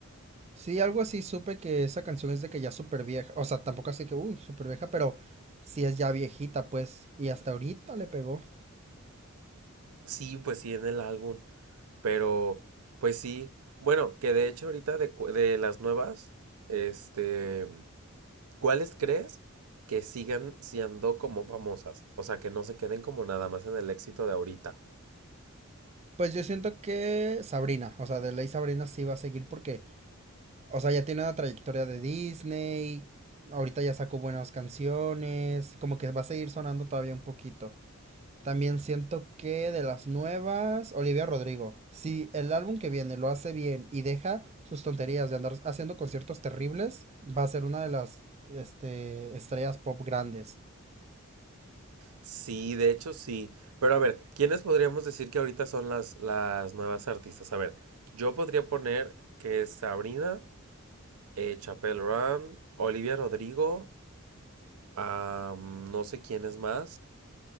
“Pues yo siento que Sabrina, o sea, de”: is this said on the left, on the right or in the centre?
Right